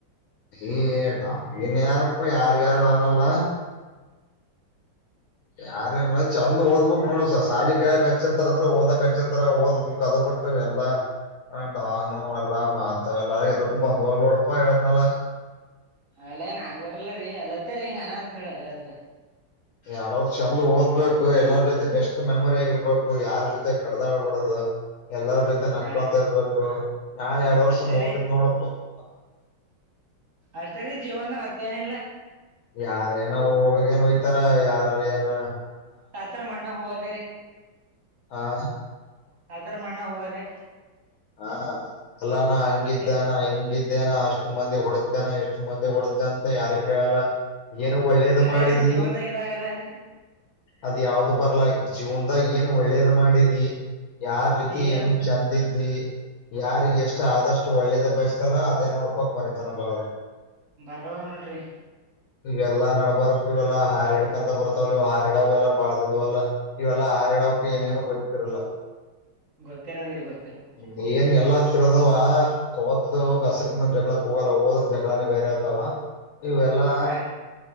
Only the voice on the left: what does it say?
ಏ ಡನ್ಗನ್ ಯಾರಪ್ಪ ಯಾರ ಯಾರಡೋನಲ್ಲ ಯಾರಲ್ಲ ಚಂದ ಓದ್ಬುಕ್ ನೋಡು ಸಾಲಿ ಕಲಿಯಕ್ ಹಚ್ಚಿರ್ತಾರ ಅಂದ್ರೆ ಓದಕ್ ಹಚ್ಚಿರ್ತಾರ ಓದ್ಬುಕ್ ಅದ ಮುಟ್ಟವೆ ಎಲ್ಲ ಆ ಡಾನು ಎಲ್ಲಾ ಮಾತೆಲ್ಲ ಎದಕ್ಕೂ ಬಂದವಲ್ಲ ನೋಡಪ್ಪ ಹೇಳ್ತಾರೆ.
ಎಲ ಚಂದ ಓದ್ಬೇಕು ಎಲ್ಲಾರ್ ಜೊತೆ ಬೆಸ್ಟ್ ಮೆಮೊರಿ ಆಗಿರ್ಬೇಕು ಯಾರ್ ಜೊತೆ ಕಡ್ದಾಡ್ಬಾಡದು. ಎಲ್ಲರ ಜೊತೆ ನಕ್ಕೊಂತ
ಇರ್ಬೇಕು ನಾನ್ ಎರಡ್ ವರ್ಷ
ಮೊಗಿನ್
ನೋಡಪ್ಪ <inaudible>
ಯಾರ ಏನ ಹೋಗಾಗ ಏನ್ ಹೊಯ್ತಾರ ಯಾರಾರ ಏನ?
ಆ
ನಾನ ಅಲ್ಲಾನ ಹಂಗಿದ್ದೇನ
ಹಿಂಗಿದ್ದೇನ ಅಷ್ಟು ಮಂದಿ ಹೊಡೆದೇನ ಎಷ್ಟು ಮತ್ತೆ ಹೊಡೆದ್ದ ಯಾರ ಕೇಳಲ್ಲ ಏನು ಒಳ್ಳೇದು
ಮಾಡಿದೀ
ಅದ ಯಾವ್ದು ಬರ್ಲಾ ಜೀವನ್ದಾಗ ಏನ್ ಒಳ್ಳೇದ ಮಾಡಿದಿ ಯಾರ್ ಜೊತಿ
ಹೆಂಗ
ಚಂದಿದ್ದೀ ಯಾರಿಗೆಷ್ಟು ಆದಷ್ಟು ಒಳ್ಳೇದ ಬಯಸ್ತಲ್ಲ ಅದೇ ನೋಡ್ಪ ಕೊನೆತನ್ಕ್ ಬರೋದು.
ಇವೆಲ್ಲಾ ನಡಬಾರಕ್ ಇವೆಲ್ಲಾ ಹಾರ್ಯಾಡ್ಕಂತ ಬರ್ತಾವ ಇವು ಹಾರಿಡ ಎಲ್ಲ ಬಾಳದಿದ್ದು ಅಲ್ಲ ಇವೆಲ್ ಲ್ಲ ಹಾರಾಡ್ಯೌಕೆ ಏನೇನು ಗೊತ್ತಿರಲ್ಲ.
ಹ್ಮ್ ಏನ್ ಎಲ್ಲಾ ತಿರೋದವ ಓದೋಗ ಹಸಕ್ ಜಗಳಕ್ ಹೋಗಲ್ಲ ಹೋದ್ರ ಜಗಳಾನೇ ಬೇರೆ ಆತ <unintelligible> ವಾ ಇವೆಲ್ಲಾ